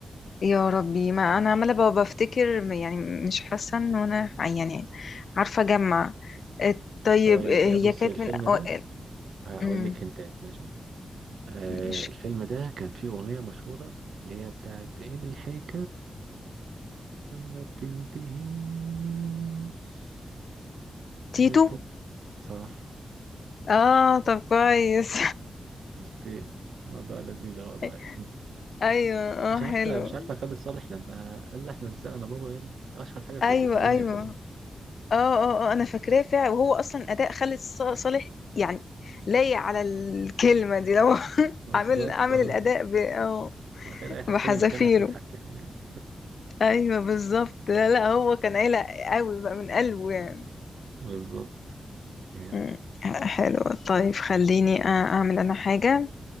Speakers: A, on the left; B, on the right.
A: يا ربي ما انا عماله ب- بفتكر م- يعني مش حاسه ان انا ع- يعني عارفه اجمع آه، طيب
B: طيب
A: آه، هي
B: بص
A: كانت
B: الفيلم
A: من
B: ده
A: أوائل
B: هقول
A: أمم،
B: لك هنتات ماشي آه
A: مش
B: الفيلم ده كان فيه اغنيه مشهوره اللي هي بتاعت الحكايه ما بتنتهيش لت-
A: تيتو
B: صح
A: اه طب كويس
B: شفتي الموضوع لذيذة والله
A: <laughs> ايوه اه
B: <laughs> مش عارفة
A: حلو
B: مش عارفة خالد صالح لما قال لأحمد السقا أنا بابا إيه ده؟ أشهر حاجة في
A: ايوه
B: الدنيا
A: ايوه
B: كلها
A: اه اه اه انا فاكراه فعلا وهو اصلا اداء خالد ص- صالح يعني لايق على الكلمه دي لو <laughs>
B: بالظبط
A: عامل عامل
B: اه
A: الاداء ب... اه
B: تخيل أي حد
A: بحذافيره
B: تاني مكانه هتضحك كده يعني
A: ايوه بالظبط لا لا هو كان قلق قوي بقى من قلبه يعني
B: <laughs> بالظبط يلا
A: مم. حلو طيب خليني أ- اعمل انا حاجه